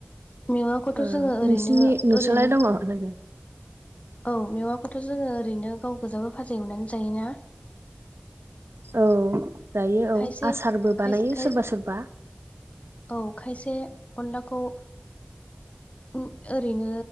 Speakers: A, on the left; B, on the right.
A: मेवाखौथ'
B: ओ
A: जोङो ओरैनो
B: नोंसिनि नोंसालाय
A: ओरैनो
B: दङ लोगो?
A: औ मेवाखोथ' जोङो ओरैनो गाव गोजाबो भाजा एवनानै जायोना ।
B: औ जायो औ
A: खायसे
B: आसारबो
A: खायसे
B: बानायो
A: खाय
B: सोरबा सोरबा ।
A: औ खायसे अनलाखौ उ ओरैनो